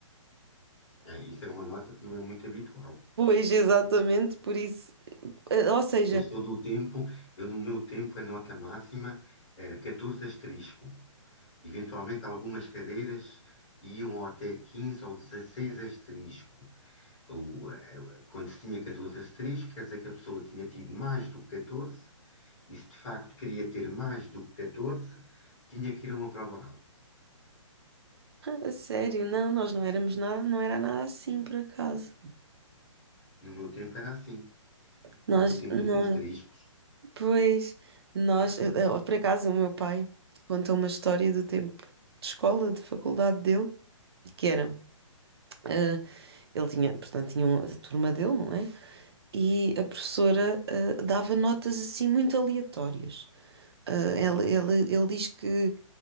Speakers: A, on the left; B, on the right.
A: Ah, isso é uma nota que não é muito habitual.
B: Pois, exatamente, por isso. ah, Ou seja.
A: Eu sou do tempo, eu no meu tempo a nota máxima era 14 asterisco. Eventualmente algumas cadeiras iam até 15 ou 16 asterisco. O, eh, quando se tinha 14 asterisco, quer dizer que a pessoa tinha tido mais do que 14, e se de facto queria ter mais do que 14, tinha que ir a uma prova oral.
B: A sério, não, nós não éramos nada, não era nada assim, por acaso.
A: No meu tempo era assim.
B: Nós,
A: O tempo
B: não,
A: dos asteriscos
B: pois, nós, eh, eh, por acaso, o meu pai conta uma história do tempo de escola, de faculdade dele, que era, eh, ele tinha, portanto, tinha um- a turma dele, não é? E a professora, eh, dava notas assim muito aleatórias. Eh, ela- ela- ele, diz que